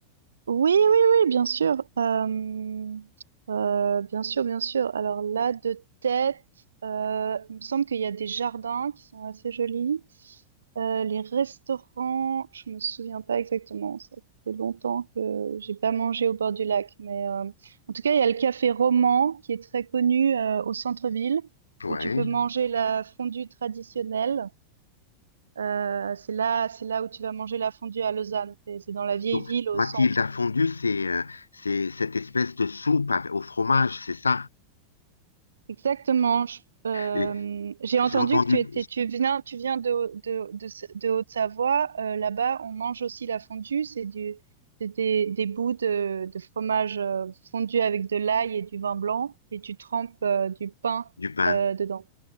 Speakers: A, on the right; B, on the left.
A: oui, oui, oui, bien sûr. Euh, euh, bien sûr, bien sûr. Alors là, de tête, euh, il me semble qu'il y a des jardins qui sont assez jolis. Euh, les restaurants, je me souviens pas exactement. Ça fait longtemps que j'ai pas mangé au bord du lac, mais euh, en tout cas, il y a le café Roman qui est très connu euh, au centre-ville
B: Ouais.
A: où tu peux manger la fondue traditionnelle. Euh, c'est là, c'est là où tu vas manger la fondue à Lausanne. C'est c'est dans la vieille
B: Donc,
A: ville au
B: Mathilda
A: centre.
B: fondue, c'est euh, c'est cette espèce de soupe avec- au fromage, c'est ça.
A: Exactement. Je- euh,
B: Et
A: j'ai entendu
B: j'ai entendu
A: que tu étais, tu viens, tu viens de, de, de, de Haute-Savoie. Euh, là-bas, on mange aussi la fondue. C'est du, c'est des, des bouts de, de fromage euh, fondu avec de l'ail et du vin blanc, et tu trempes euh, du pain
B: du pain.
A: euh, dedans.